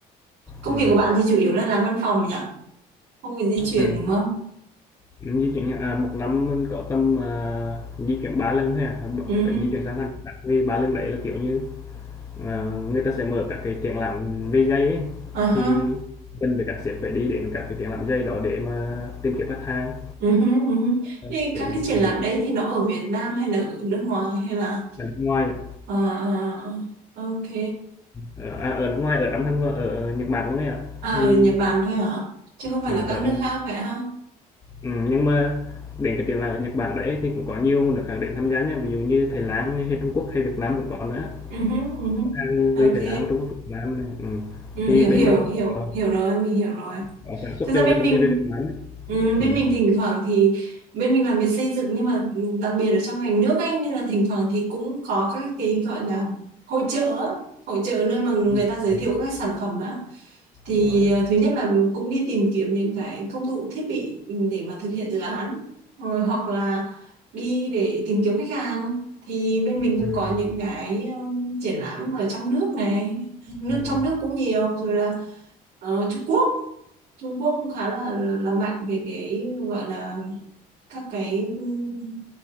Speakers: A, on the right; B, on the left.
A: công
B: Ừ.
A: việc của bạn thì chủ yếu là làm văn phòng nhỉ không phải di chuyển
B: Ừ.
A: đúng không
B: Ừm, di chuyển, à, một năm mình có tầm, à, di chuyển 3 lần thôi à, b
A: ừ hứ.
B: phải di chuyển sang thành khác vì 3 lần đấy là, kiểu như, ờ, người ta sẽ mở các cái triển lãm về giày ấy,
A: à
B: thì
A: ha
B: mình với các sếp phải đi đến các cái triển lãm giày đó để mà tìm kiếm khách hàng,
A: ừ hứ, ừ hứ.
B: ờ,
A: thì các
B: phải ừm,
A: cái triển lãm đấy thì nó ở Việt Nam hay là ở nước ngoài hay là
B: ở nước ngoài ạ,
A: à, à, ok
B: ờ, à, ở nước ngoài, ở trong thanh ở ở Nhật Bản luôn ấy ạ.
A: à ở
B: Thì,
A: Nhật Bản thôi hả chứ không phải
B: ờ,
A: là các
B: ở
A: nước
B: đây
A: khác vậy ha
B: ừm, nhưng mà đến cái triển lãm ở Nhật Bản đấy thì cũng có nhiều nước khác đến tham gia nha, ví dụ như Thái Lan hay Trung Quốc hay Việt Nam cũng có nữa.
A: ừ hứ, ừ hứ.
B: À, người
A: ok
B: Thái Lan, Trung Quốc, Việt Nam này ừm,
A: Ừ,
B: thì
A: hiểu
B: bên
A: hiểu
B: mình cũng
A: hiểu
B: có
A: hiểu rồi mình hiểu rồi
B: có sản xuất
A: Thực ra
B: cho
A: bên
B: cái
A: mình
B: công ty về Việt Nam ấy.
A: ừ, bên
B: Ừm,
A: mình thỉnh thoảng thì bên mình làm việc xây dựng nhưng mà đặc biệt ở trong ngành nước ấy nên là thỉnh thoảng thì cũng có các cái gọi là hội chợ á, hội chợ nơi mà người
B: ừm,
A: ta giới
B: ừm,
A: thiệu các sản phẩm á thì
B: đúng rồi á.
A: ờ, thứ nhất là cũng đi tìm kiếm những cái công cụ thiết bị để mà thực hiện dự án rồi hoặc là đi để tìm kiếm khách hàng thì bên mình cũng
B: Ừm,
A: có những cái ờ, triển lãm ở trong nước này nước
B: ừm,
A: trong nước cũng nhiều rồi là ờ, Trung Quốc Trung Quốc cũng khá là là mạnh về cái gọi là các cái ừm,